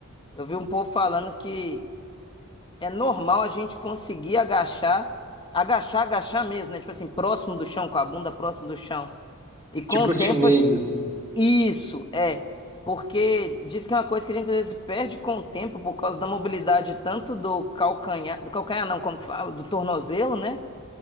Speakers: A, on the left (about 25°); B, on the right (about 15°).
A: Eu vi um povo falando que é normal a gente conseguir agachar, agachar, agachar mesmo, né? Tipo assim, próximo do chão, com a bunda próximo do chão. E com
B: Tipo
A: o
B: os
A: tempo,
B: chineses,
A: a gente...
B: assim.
A: isso, é. Porque diz que é uma coisa que a gente às vezes perde com o tempo por causa da mobilidade tanto do calcanhar, do calcanhar não, como que fala, do tornozelo, né?